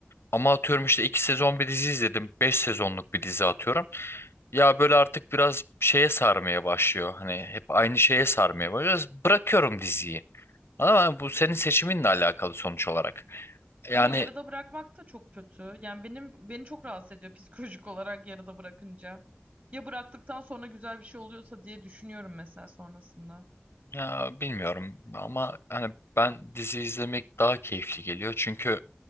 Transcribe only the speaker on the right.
Ama yarıda bırakmak da çok kötü. Yani benim beni çok rahatsız ediyor psikolojik olarak yarıda bırakınca. Ya bıraktıktan sonra güzel bir şey oluyorsa diye düşünüyorum mesela sonrasında.